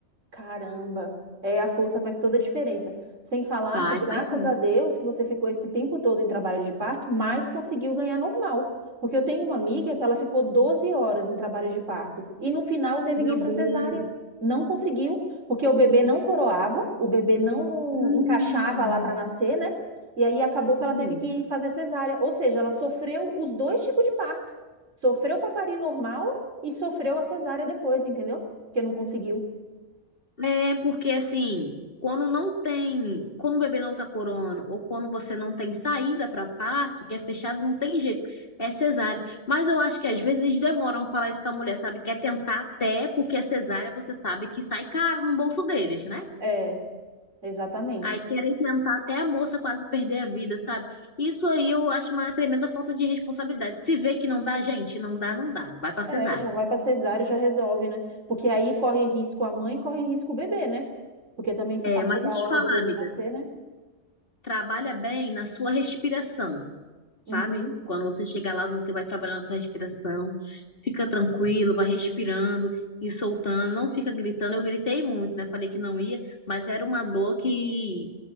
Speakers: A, on the right; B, on the left.
A: Caramba, é, a força faz toda a diferença. Sem falar
B: Faz,
A: que, graças
B: faz sim.
A: a Deus, que você ficou esse tempo todo em trabalho de parto, mas conseguiu ganhar normal. Porque eu tenho uma amiga que ela ficou 12 horas em trabalho de parto e no final teve
B: Meu
A: que ir para
B: Deus.
A: cesárea. Não conseguiu, porque o bebê não coroava, o bebê não
B: Hum,
A: encaixava lá para nascer, né? E aí acabou que ela
B: sim.
A: teve que fazer cesárea. Ou seja, ela sofreu os dois tipos de parto. Sofreu para parir normal e sofreu a cesárea depois, entendeu? Porque não conseguiu.
B: É porque assim, quando não tem, quando o bebê não tá corona, ou quando você não tem saída para parto, que é fechado, não tem jeito, é cesárea. Mas eu acho que às vezes eles demoram a falar isso pra mulher, sabe? Quer tentar até, porque a cesárea você sabe que sai caro no bolso deles, né?
A: É, exatamente.
B: Aí querem tentar até a moça quase perder a vida, sabe? Isso aí eu acho uma tremenda falta de responsabilidade. Se vê que não dá, gente, não dá, não dá. Vai pra cesárea.
A: É, já vai para cesárea e já resolve, né? Porque aí corre risco a mãe, corre risco o bebê, né? Porque também se
B: É,
A: passa
B: mas
A: da
B: deixa
A: hora
B: eu te falar,
A: do bebê
B: amiga.
A: nascer, né?
B: Trabalha bem na sua respiração. sabe?
A: Uhum.
B: Quando você chegar lá, você vai trabalhando a sua respiração, fica tranquilo, vai respirando e soltando, não fica gritando. Eu gritei muito, né? Falei que não ia, mas era uma dor que